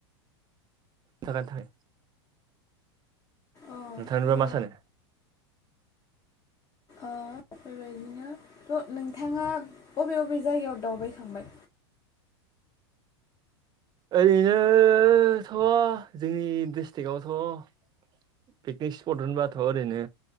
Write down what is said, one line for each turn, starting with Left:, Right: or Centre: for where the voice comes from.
Right: थाखानि थाखाय
Left: अ
Right: नोंथांनिबा
Left: थ'
Right: मा सानो?
Left: ओ बेबायदिनो थ' नोंथाङा बबे बबे जायगायाव दावबायखांबाय?
Right: ओरैनोथ' जोंनि डिस्ट्रिक्आवथ' पिकनिक स्पट होनबाथ' ओरैनो